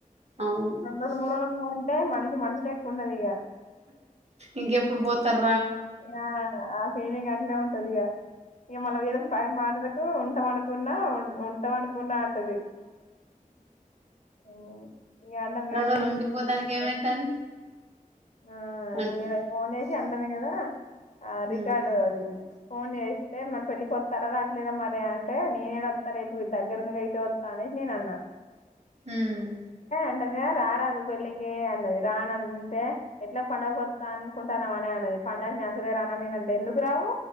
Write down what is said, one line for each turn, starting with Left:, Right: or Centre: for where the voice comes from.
Right: అవును
Left: రెండు రోజులు మూడు రోజులు అంటే మనిషి మనిషి ఎక్కువ ఉంటది ఇక
Right: ఇంకెప్పుడు పోతారు
Left: ఆ ఆ ఫీలింగ్ అట్నే ఉంటదిగా ఇ మన విధం పై మాటకు ఉంటాం అనుకున్నా ఉంటాం అనుకున్నా అంటది ఉం, ఇక అంటాం ఇక
Right: రెండో రోజు పోతానికి ఏమైతాంది
Left: ఆ
Right: అంటూ
Left: ఈ ర ఫోన్ చేసి అంటను కదా ఆ
Right: మ్మ్
Left: రికార్డు అది ఫోన్ చేస్తే మరి పెళ్ళలికి వస్తారుదా అట్లేద మరే అంటే నేనేడ వస్తా రేపు దగ్గర అయితే వత్త అని అని నేను అన్న
Right: ఉమ్
Left: ఏంటంగా రారదు పెళ్ళికి అన్నది రానంటే ఎట్లా పండుగ వత్త అనుకుంటావని అని అన్నది పండక్కి నేను అసలే రాను నేనంటే ఎందుకు రావు